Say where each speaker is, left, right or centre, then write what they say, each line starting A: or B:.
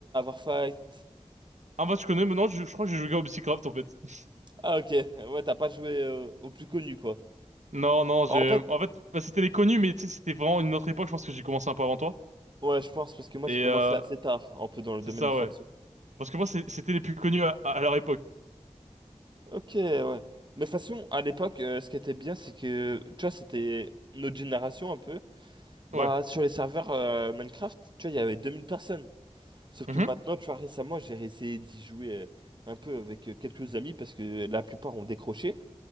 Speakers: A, on the right; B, on the right.
A: Fight.
B: Ah, En fait, je connais, mais non, je, je crois que j'ai joué à Opsicraft, en fait. <laughs>
A: Ah ok, ouais, t'as pas joué euh, aux plus connus, quoi.
B: Non, non, j'ai...
A: En fait,
B: En fait, bah, c'était les connus, mais tu sais, c'était vraiment une autre époque, je pense que j'ai commencé un peu avant toi.
A: ouais, je pense, parce que moi
B: Et
A: j'ai commencé
B: euh,
A: assez tard, un peu dans le
B: c'est
A: domaine
B: ça,
A: du faction.
B: ouais. Parce que moi, c'est- c'était les plus connus à, à leur époque.
A: Ok, ouais. Mais de toute façon, à l'époque, euh, ce qui était bien, c'est que, tu vois, c'était notre génération un peu. Bah,
B: Ouais.
A: sur les serveurs euh, Minecraft, tu vois, il y avait 2000 personnes. Sauf que
B: Mhm.
A: maintenant, tu vois, récemment, j'ai essayé d'y jouer euh, un peu avec euh, quelques amis parce que la plupart ont décroché